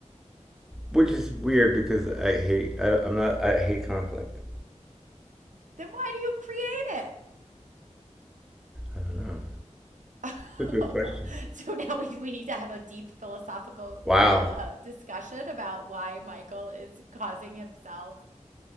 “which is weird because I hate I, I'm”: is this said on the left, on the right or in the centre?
Centre